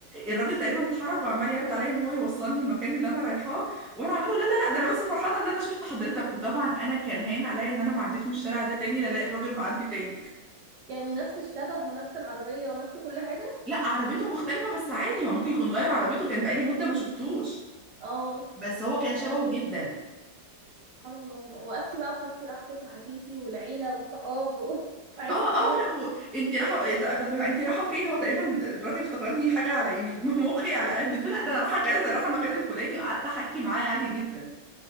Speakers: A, in the centre; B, on the right (about 70°).
A: الراجل تقريبا اتحرج وعمال يعرض عليا ان هو يوصلني المكان اللي انا رايحاه وانا عامله لا لا لا ده انا بس فرحانه ان انا شفت حضرتك وطبعا انا كان هاين عليا ان انا ما عديتش من الشارع ده تاني لا الاقي الراجل معدي تاني
B: يعني نفس الشبه ونفس العربيه ونفس كل حاجه
A: لا عربيته مختلفة بس عادي ما ممكن يكون غير عربيته كان بقالي مدة ما شفتوش
B: اه
A: بس هو كان شبهه
B: عملت
A: جدا
B: سبحان الله وقفتي بقى وخدتي راحتك وحكيتي والعيلة والصحاب و- <laughs> وعشتي
A: اه اه
B: حياتك
A: لا و... انت رايحة إيه، ط- طب انت رايحة فين هو تقريبا الراجل افتكرني حاجة على يعني <laughs> مخي على قد ده لا ده انا رايحة كذا رايحة المكان الفلاني وقعدت احكي معاه عادي جدا